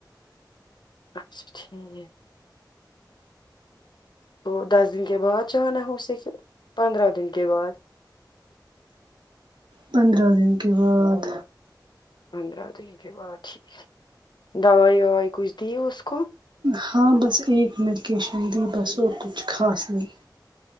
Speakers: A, on the left; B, on the right.
A: اچھا ٹھیک ہے تو دس دن کے بعد جانا ہے اسے کہ پندرہ دن کے بعد
B: پندرہ دن کے بعد
A: پندرہ دن کے بعد ٹھیک ہے دوائی ووائی کچھ دی اس کو
B: ہاں بس ایک میڈکیشن دی بس اور کچھ خاص نہیں